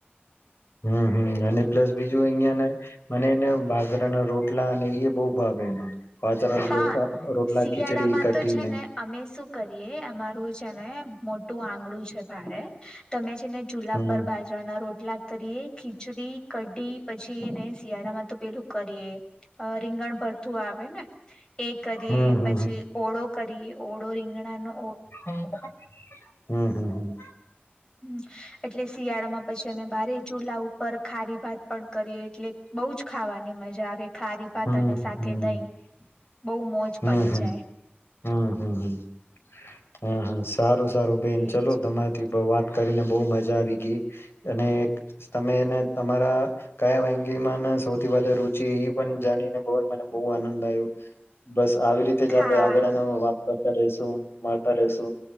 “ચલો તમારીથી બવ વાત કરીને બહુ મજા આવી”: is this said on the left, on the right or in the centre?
Left